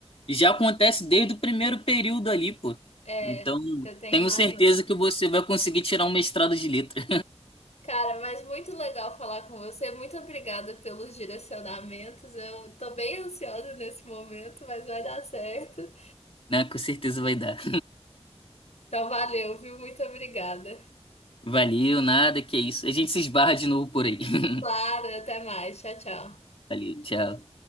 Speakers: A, on the left; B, on the left.
A: Já acontece desde o primeiro período ali, pô.
B: É,
A: Então,
B: você tem
A: tenho
B: razão.
A: certeza que você vai conseguir tirar um mestrado de letra,
B: Cara, mas muito legal falar com você. Muito obrigada pelos direcionamentos. Eu tô bem ansiosa nesse momento, mas vai dar certo.
A: <laughs> né? Com certeza vai dar.
B: Então, valeu, viu? Muito obrigada.
A: Valeu, nada, que isso. A gente se esbarra de novo por aí. <laughs>
B: Claro, até mais. Tchau, tchau.
A: Valeu, tchau.